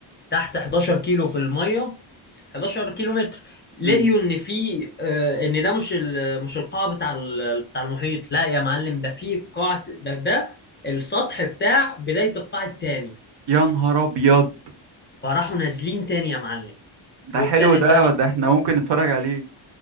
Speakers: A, on the left; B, on the right.
A: تحت 11 كيلو في الميه 11 كيلو متر لقيوا
B: مم.
A: ان في آه ان ده مش ال- مش القاع بتاع ال- بتاع المحيط لا يا معلم ده في قاع ده ده السطح بتاع بداية القاع التاني
B: يا نهار ابيض
A: فراحوا نازلين تاني يا معلم
B: ده
A: وابتدت
B: حلو ده
A: بقى
B: ده احنا ممكن نتفرج عليه